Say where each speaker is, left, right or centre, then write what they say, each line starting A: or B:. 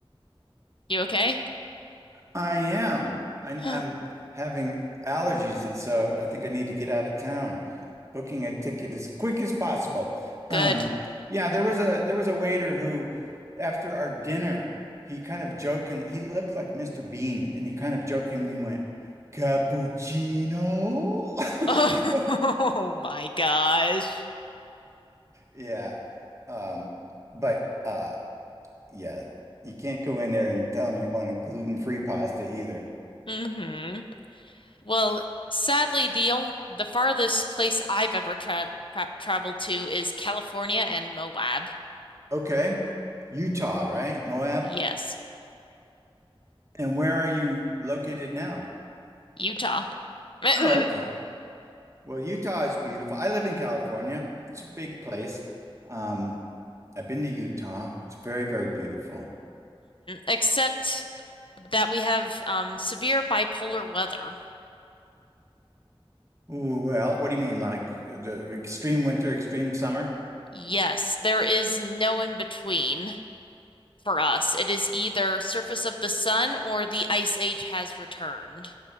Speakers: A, on the left; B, on the right.
A: You okay?
B: I am. I,
A: <gasps>
B: I'm having allergies, and so I think I need to get out of town. booking a ticket as quick as possible.
A: Good.
B: Um,
A: <laughs>
B: yeah, there was a there was a waiter who, after our dinner, he kind of jokingly he looked like Mr. Bean, and he kind of jokingly went, "Cappuccino."
A: Oh
B: <laughs>
A: my gosh.
B: Yeah, um, but uh, yeah, you can't go in there and tell them you want a gluten-free pasta either.
A: hmm Well, sadly, the only the farthest place I've ever tra tra traveled to is California and Moab.
B: Okay, Utah, right? Moab.
A: Yes,
B: And where are you located now?
A: Utah. <laughs> hmm
B: Oh, okay. Well, Utah is beautiful. I live in California. It's a big place. Um, I've been to Utah. It's very, very beautiful.
A: Except that we have um, severe bipolar weather.
B: Ooh, well, what do you mean, like the extreme winter, extreme summer?
A: Yes, there is no in between for us. It is either surface of the sun or the ice age has returned.